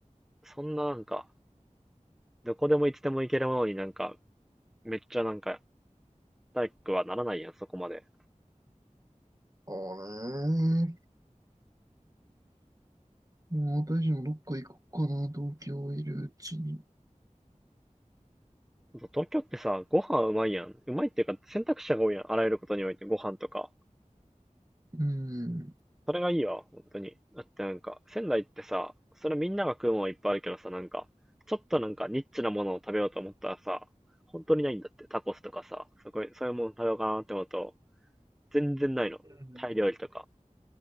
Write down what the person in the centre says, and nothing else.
そんななんか、どこでもいつでも行けるものになんか、めっちゃなんか、体育はならないやん、そこまで。
そう東京ってさ、ご飯うまいやん。うまいっていうか、選択肢が多いやん。あらゆることにおいて、ご飯とか。
それがいいわ、本当に。だってなんか、仙台ってさ、それみんなが食うものはいっぱいあるけどさ、なんか、ちょっとなんかニッチなものを食べようと思ったらさ、本当にないんだって。タコスとかさ、そこ、そういうもの食べようかなって思うと、全然ないの。
タイ料理とか。